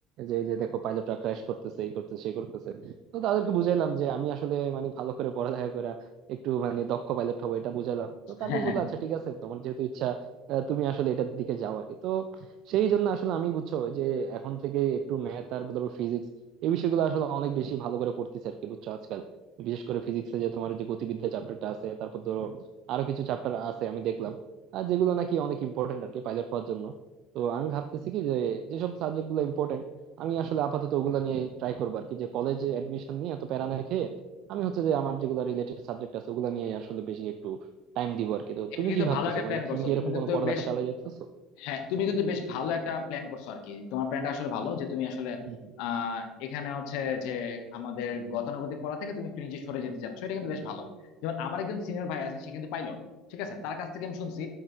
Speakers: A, on the right; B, on the left.
A: যে এই যে দেখো পাইলটরা ক্র্যাশ করতেছে এই করতেছে সেই করতেছে তো তাদেরকে বুঝাইলাম যে আমি আসলে মানে ভালো করে পড়ালেখা করে একটু মানে দক্ষ পাইলট হবো এটা বুঝাইলাম তো তারপর
B: হ্যাঁ হ্যাঁ
A: বললো আচ্ছা ঠিক আছে তোমার যেহেতু ইচ্ছা আহ, তুমি আসলে এটার দিকে যাও আর কি তো সেই জন্য আসলে আমি বুঝছো যে এখন থেকে একটু ম্যাথ আর ধরো ফিজিক্স এই বিষয়গুলো আসলে অনেক বেশি ভালো করে পড়তেছি আর কি বুঝছো আজকাল বিশেষ করে ফিজিক্সে যে তোমার যে গতিবিদ্যা চ্যাপ্টারটা আছে তারপর ধরো আরো কিছু চ্যাপ্টার আছে আমি দেখলাম আর যেগুলো নাকি অনেক ইম্পর্টেন্ট আর কি পাইলট হওয়ার জন্য তো আমি ভাবতেছি কি যে যেসব সাবজেক্ট গুলো ইম্পর্টেন্ট আমি আসলে আপাতত ওগুলো নিয়ে ট্রাই করবো আর কি যে কলেজ এডমিশন নিয়ে এত প্যারা না খেয়ে আমি হচ্ছে যে আমার যেগুলো রিলেটেড সাবজেক্ট আছে ওগুলো নিয়ে আসলে বেশি একটু টাইম দিব আর কি তো
B: এটা
A: তুমি
B: কিন্তু
A: কি ভাবতেছো
B: ভালো একটা প্ল্যান
A: মানে তুমি
B: করছো
A: কি এরকম
B: তুমি কিন্তু
A: কোনো পড়ালেখা
B: বেশ
A: চালাই যাইতেছো
B: হ্যাঁ তুমি কিন্তু বেশ ভালো একটা প্ল্যান করছো আর কি তোমার প্ল্যানটা আসলে ভালো যে তুমি আসলে
A: হুম
B: আহ এখানে হচ্ছে যে আমাদের গতানুগতিক পড়া থেকে তুমি একটু নিজে সরে যেতে চাচ্ছ এটা কিন্তু বেশ ভালো যেমন আমার একজন সিনিয়র ভাই আছে সে কিন্তু পাইলট ঠিক আছে তার কাছ থেকে আমি শুনছি